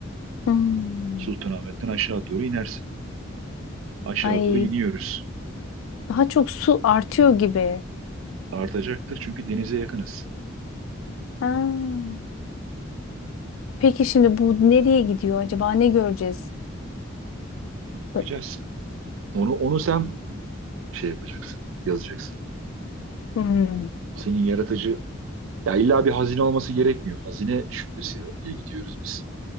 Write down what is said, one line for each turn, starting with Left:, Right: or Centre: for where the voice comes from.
Left: Hmm.
Right: Sultanahmet'ten aşağı doğru inersin. Aşağı
Left: Ay
Right: doğru iniyoruz.
Left: daha çok su artıyor gibi.
Right: Artacaktır çünkü denize yakınız.
Left: Ha. Peki şimdi bu nereye gidiyor acaba? Ne göreceğiz? O-
Right: Bakacağız. Onu onu sen şey yapacaksın, yazacaksın.
Left: Hmm.
Right: Senin yaratıcı Ya illa bir hazine olması gerekmiyor. Hazine şüphesiyle gidiyoruz biz